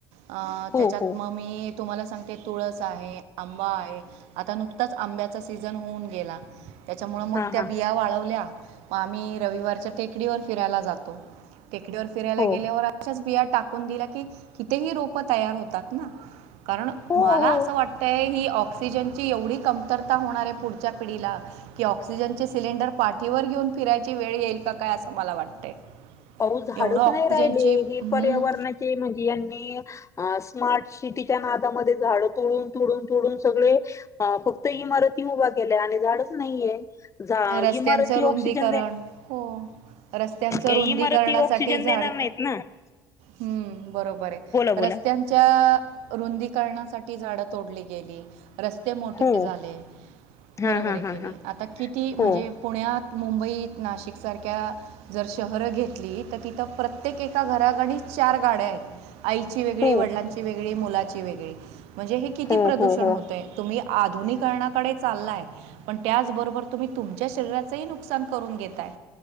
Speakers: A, on the right; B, on the left.
A: अ
B: हो
A: त्याच्यात
B: हो
A: मग मी तुम्हाला सांगते तुळस आहे आंबा आहे, आता नुकताच आंब्याचा सीझन होऊन गेला, त्याच्यामूळं मग
B: हा
A: त्या
B: हा
A: बिया वाळवल्या म आम्ही रविवारच्या टेकडीवर फिरायला जातो, टेकडीवर फिरायला
B: हो
A: गेल्यावर आ अशाच बिया टाकून दिल्या की, कितीही रोपं तयार होतात ना. कारण,
B: हो
A: मला
B: हो
A: असं वाटतंय ही ऑक्सिजनची एवढी कमतरता होणार आहे पुढच्या पिढीला कि ऑक्सिजनचे सिलेंडर पाठीवर घेऊन फिरायची वेळ येईल का काय असं मला वाटतंय.
B: पाऊस, झाडंच
A: एवढं ऑक्सिजनची
B: नाही राहिले हे
A: हम्म,
B: पर्यावरणाचे म्हणजे यांनी अ स्मार्ट शिटीच्या नादामधे झाडं तुडून तुडून तुडून सगळे आ फक्त इमारती उभा केल्या आणि झाडंच नाहीये. धा
A: रस्त्यांचं
B: इमारती
A: रुंदीकरण
B: ऑक्सिजन दे
A: हो रस्त्यांचं
B: <unintelligible>
A: रुंदीकरणासाठी
B: इमा तीन ऑक्सिजन
A: झाडे
B: देणार नाहीत ना? त
A: हम्म बरोबर आहे,
B: बोला
A: रस्त्यांनी त्या रुंदीकरणासाठी झाडं तोडली गेली. रस्ते मोठे
B: हो
A: झाले
B: हा
A: बरोबर
B: हा
A: आहे
B: हा
A: की नाही,
B: हा
A: आता किती म्हणजे
B: हो
A: पुण्यात, मुंबईत, नाशिकसारख्या जर शहररं घेतली तर तिथं प्रत्येक एका घरागणिज चार गाड्यायत. आईची वेगळी,
B: हो
A: वडलांची वेगळी, मुलाची वेगळी. म्हणजे हे किती
B: हो
A: प्रदूषण
B: हो हो
A: होतंय, तुम्ही आधुनिकरणाकडेच चाल्लाय, पण त्याच बरोबर तुमी तुमच्या शरीराचंही नुकसान करून घेताय.